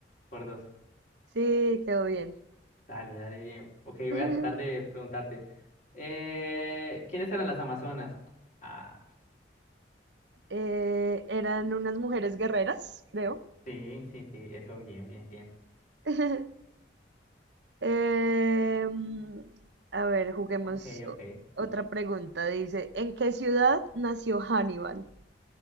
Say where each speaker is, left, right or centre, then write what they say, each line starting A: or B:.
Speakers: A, on the left; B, on the right.
A: por dos.
B: Sí, quedó bien.
A: Dale, dale. Ok,
B: <laughs>
A: voy a tratar de preguntarte. Eh, ¿quiénes eran las Amazonas? Ah,
B: Eh, eran unas mujeres guerreras, creo.
A: sí, sí, sí, eso, bien, bien, bien.
B: <laughs> Em, a ver, juguemos
A: Ok,
B: o-
A: ok.
B: otra pregunta. Dice, ¿en qué ciudad nació Hannibal?